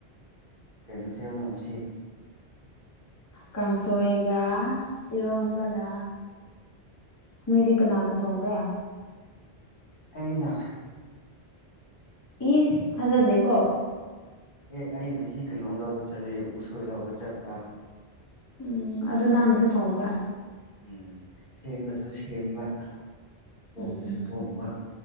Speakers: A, on the left; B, on the left.
A: ꯀꯩꯃꯊꯦꯜꯅꯣ ꯉꯁꯤ
B: ꯀꯥꯡꯁꯣꯏꯒ ꯏꯔꯣꯟꯕꯒ ꯅꯣꯏꯗꯤ ꯀꯅꯥꯅ ꯊꯣꯡꯕ꯭ꯔꯥ
A: ꯑꯩꯅ
B: ꯏ ꯊꯥꯖꯗꯦꯀꯣ
A: ꯑꯦ ꯑꯩ ꯉꯁꯤ ꯀꯩꯅꯣ ꯂꯧꯕ ꯆꯠꯂꯤ ꯎꯁꯣꯏ ꯂꯧꯕ ꯆꯠꯄ
B: ꯎꯝ ꯑꯗꯨꯗ ꯅꯪꯅꯁꯨ ꯊꯣꯡꯕ
A: ꯎꯝ ꯁꯦꯝꯕꯁꯨ ꯁꯦꯝꯕ ꯊꯣꯡꯕꯁꯨ
B: ꯎꯝ
A: ꯊꯣꯡꯕ